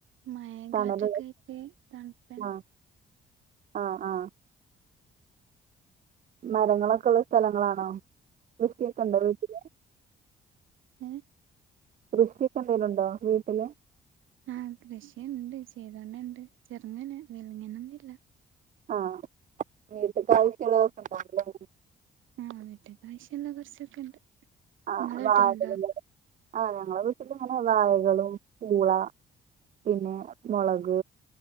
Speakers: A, on the right (about 80°); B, on the right (about 40°).
A: മയിം
B: തണല്
A: കാറ്റൊക്കായിട്ട് തണ്പ്പന്നെ
B: ആഹ് ആഹ് ആഹ് മരങ്ങളൊക്കെള്ള സ്ഥലങ്ങളാണോ കൃഷിയൊക്കെ ണ്ടോ വീട്ടില്?
A: ഏഹ്-
B: കൃഷിക്കെന്തേലുണ്ടോ വീട്ടില്?
A: ആഹ് കൃഷിണ്ട് ചെയ്തോണ്ടണ്ട് ചെറ്ങ്ങനെ വെലങ്ങനൊന്നില്ല.
B: ആഹ് വീട്ട്ക്ക് ആവശ്യള്ളതൊക്കെണ്ടാവുല്ലേ?
A: ആഹ് വീട്ക്ക് ആശ്യള്ള കൊറച്ചൊക്കെണ്ട്.
B: ആഹ്
A: ഇങ്ങളെ
B: വഴകള്
A: വീട്ടിലുണ്ടോ?
B: ആ ഞങ്ങളെ വീട്ടികങ്ങനെ വായകളും പൂള പിന്നെ മൊളക്-